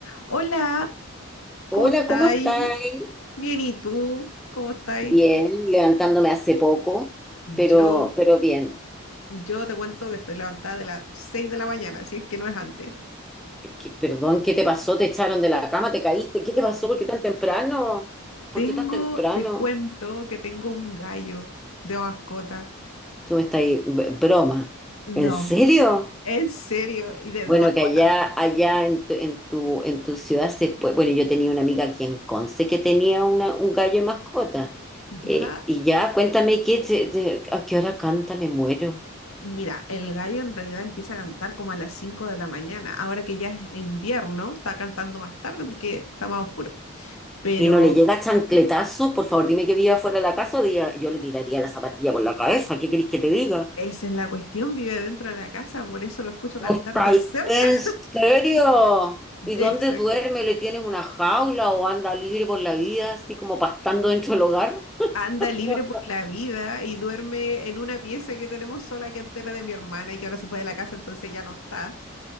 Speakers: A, on the left (about 75°); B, in the centre.
A: Hola,
B: Hola,
A: ¿cómo estáis?
B: ¿cómo estáis?
A: Bien, ¿y tú? ¿Cómo estáis?
B: Bien, levantándome hace poco, pero,
A: Yo,
B: pero bien.
A: yo te cuento que estoy levantada de las 6 de la mañana, si es que no es antes.
B: ¿Qué- perdón, ¿qué te pasó? ¿Te echaron de la cama? ¿Te caíste? ¿Qué te pasó? ¿Por qué tan temprano? ¿Por
A: Tengo,
B: qué tan temprano?
A: te cuento que tengo un gallo de mascota.
B: Tú me estás ahí, b- broma.
A: No,
B: ¿En serio?
A: en serio, y de,
B: Bueno,
A: de mascota.
B: que allá, allá en tu, en tu, en tu ciudad se puede. Bueno, yo tenía una amiga aquí en Conce que tenía una, un gallo de mascota. Eh,
A: Ya,
B: y ya, cuéntame qué, se- de- a qué hora canta, me muero.
A: mira, el gallo en realidad empieza a cantar como a las 5 de la mañana. Ahora que ya es invierno, está cantando más tarde porque está más oscuro. Pero
B: y no le llega chancletazo, por favor, dime que viva fuera de la casa, o diga, yo le tiraría la zapatilla por la cabeza. ¿Qué queréis que te diga?
A: esa es la cuestión, vive dentro de la casa, por eso lo escucho cantar
B: ¿No estáis
A: tan cerca.
B: en serio? ¿Y
A: Exacto.
B: dónde duerme? ¿Le tienes una jaula o anda libre por la vida, así como pastando dentro del hogar? <laughs>
A: Anda libre por la vida y duerme en una pieza que tenemos sola que antes era de mi hermana y que ahora se fue de la casa, entonces ya no está.